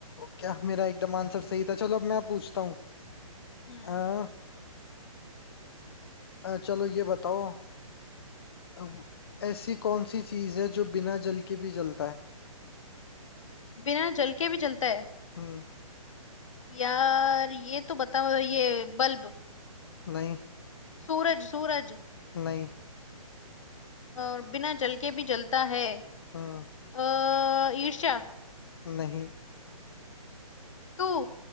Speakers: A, on the left (about 40°); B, on the left (about 60°).
A: क्या मेरा एकदम आंसर सही था चलो अब मैं पूछता हूँ
B: हम्म
A: अ, अ, चलो ये बताओ अब ऐसी कौन सी चीज है जो बिना जल के भी जलता है
B: बिना जल के भी जलता है
A: हम्म
B: यार ये तो बता ये बल्ब
A: नहीं
B: सूरज सूरज
A: नहीं
B: और बिना जल के भी जलता है
A: हम्म
B: अः ईर्ष्या
A: नहीं
B: तू